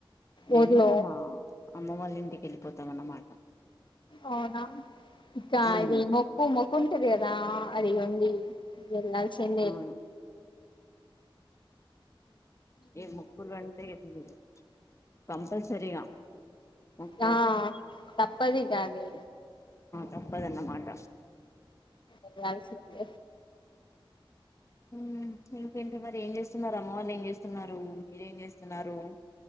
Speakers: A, on the left; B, on the left.
A: నేను
B: ఊర్లో
A: కూడా మా అమ్మ వాళ్ళ ఇంటికెళ్ళి పోతమన్న మా
B: అవునా ఇకాల్
A: ఉమ్
B: ది మొక్కు, మొక్ కుంటది కదా అదిగండి. వెళ్లాల్సిందే.
A: అవును ఎమో మొక్కులు అంటే ఇగ తీయదు కంపల్సరిగా మొక్కు
B: యా తప్పది. ఇకాది
A: తప్పదన్న మాట
B: టెన్, లెవెన్, సిల్వర్, ప్లేట్
A: హ్మ్ ఇంకేంటి మరి ఏం చేస్తున్నారు. అమ్మ వాళ్ళు ఏం చేస్తున్నారు. మీరేం చేస్తున్నారు.